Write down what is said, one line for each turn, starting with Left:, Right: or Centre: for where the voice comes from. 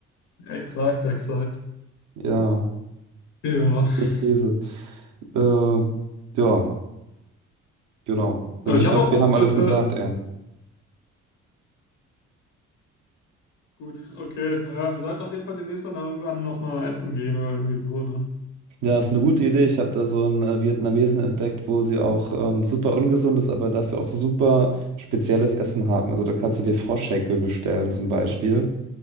Left: Exakt, exakt.
Right: Ja,
Left: Ja.
Right: was für ein Käse. Äh, ja. Genau. Also
Left: Aber
Right: ich
Left: ich habe
Right: glaube, wir
Left: auch
Right: haben alles
Left: äh,
Right: gesagt, ey.
Left: Gut, okay. Ja, wir sollten auf jeden Fall demnächst dann irgendwann nochmal essen gehen oder irgendwie so, ne?
Right: Ja, ist eine gute Idee. Ich habe da so einen äh, Vietnamesen entdeckt, wo sie auch ähm, super ungesundes, aber dafür auch super spezielles Essen haben. Also da kannst du dir Froschschenkel bestellen zum Beispiel,